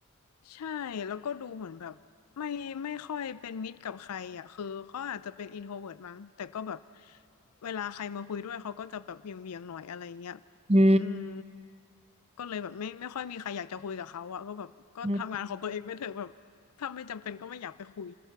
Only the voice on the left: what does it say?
ใช่แล้วก็ดูเหมือนแบบไม่ไม่ค่อยเป็นมิตรกับใครอ่ะคือเขาอาจจะเป็นอินโทรเวิร์ตมั้งแต่ก็แบบเวลาใครมาคุยด้วยเขาก็จะแบบเหวียงๆหน่อยอะไรเงี้ย
อืมก็เลยแบบไม่ไม่ค่อยมีใครอยากจะคุยกับเขาอ่ะก็แบบก็ทำงานของตัวเองไปเถอะแบบถ้าไม่จำเป็นก็ไม่อยากไปคุย